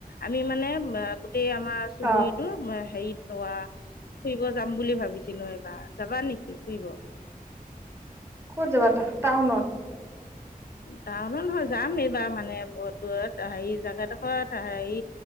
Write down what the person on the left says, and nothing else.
আমি মানে গোটেই আমাৰ চুবুুৰিটো
হেৰিত ওৱা ফুৰিব যাম বুলি ভাবিছিলোঁ এইবাৰ। যাবা নেকি ফুৰিব?
টাউনত নহয়, যাম এইবাৰ মানে বহুত দুৰত হেৰি জাগাডোখৰ হেৰি